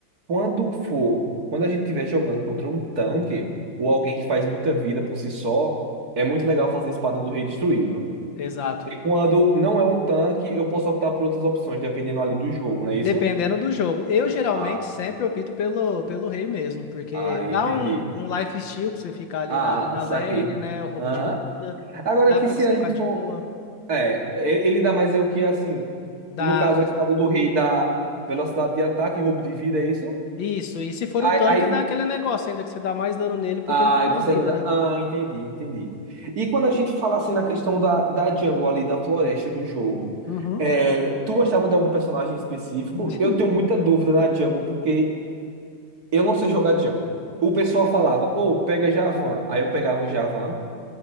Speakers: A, on the right; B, on the left.
A: quando for, quando a gente estiver jogando contra um tanque ou alguém que faz muita vida por si só, é muito legal fazer espada do rei destruído.
B: exato.
A: E quando não é um tanque, eu posso optar por outras opções, dependendo ali do jogo, não é
B: Dependendo
A: isso?
B: do jogo. Eu geralmente
A: Ah,
B: sempre opto pelo, pelo rei mesmo, porque
A: ah,
B: dá
A: entendi.
B: um, um lifesteal pra você ficar ali
A: Ah,
B: na, na
A: saquei.
B: lane, né? O roubo
A: Aham.
B: de vida.
A: Agora
B: Dá
A: que
B: pra
A: se
B: você
A: a
B: ficar
A: gente
B: de
A: for.
B: boa.
A: É, e- ele dá mais é o que assim.
B: Dá.
A: No caso, a espada do rei dá velocidade de ataque, e roubo de vida, é isso?
B: Isso. E se for
A: Aí,
B: o tanque,
A: aí
B: dá aquele negócio ainda que você dá mais dano nele porque
A: Ah,
B: ele tem
A: e
B: mais
A: você
B: vida,
A: ainda dá...
B: né?
A: Ah, entendi, entendi. E quando a gente fala assim na questão da, da jungle ali, da floresta do jogo,
B: Uhum.
A: é, tu gostava de algum personagem específico?
B: <laughs>
A: Eu tenho muita dúvida na jungle, porque eu não sei jogar jungle. O pessoal falava, ô, pega Javan. Aí eu pegava o Javan,